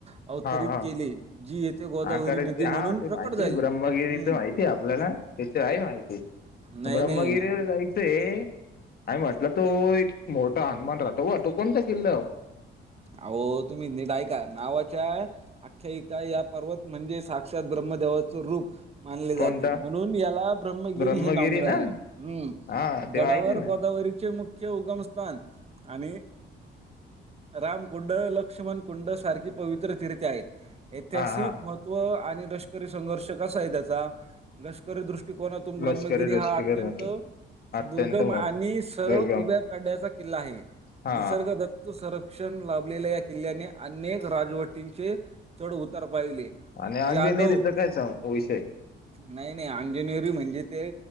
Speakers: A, on the right; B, on the left.
A: अवतरित
B: हा हा
A: केले. जी गोदावरी
B: हा खरच.
A: नदी
B: हा
A: म्हणून
B: ते
A: प्रकट
B: माहिती
A: झाली.
B: ब्रह्मगिरीच
A: हं.
B: माहितीय आपल्याला. त्याच आहे माहिती.
A: नाही,
B: ब्रह्मगिरीवर
A: नाही.
B: जायच ते आणि म्हटलं तो एक मोठा हनुमान राहतो हो तो कोणता किल्ला
A: आओ तुम्ही नीट ऐका नावाच्या अख्ख्या <unintelligible> पर्वत म्हणजे साक्षात ब्रम्मदेवाचे रूप मानले जाते,
B: कोणता
A: म्हणून याला ब्रममगिरी
B: ब्रह्मगिरी
A: हे नाव मिळाले.
B: ना
A: हम्.
B: हा ते
A: गडावर
B: माहिती ना
A: गोदावरीचे चे उगमस्थान आणि राम कुंड, लक्ष्मण कुंड सारखी पवित्र तीर्थे आहेत. ऐतिहासिक
B: हा हा
A: म तो आणि लष्करी संघर्ष कसा हाय त्याचा? लष री दृष्टिकोनातून ब्रह्मगिरी
B: लष्करी रष्टीकर
A: हा अत्यंत
B: ना ते अत्यंत
A: दुर्गम
B: मोठ
A: आणि सरळ
B: दुर्गम
A: उभ्या कड्याचा किल्ला आहे.
B: हा
A: निसर्ग दत्त संरक्षण लाभलेल्या या किल्ल्याने अनेक राजवटींचे चढ उतार पाहिले.
B: आणि अंजेनेरीचा
A: यादव
B: काय सांगू विषय?
A: नाही नाही अंजनेरी म्हणजे ते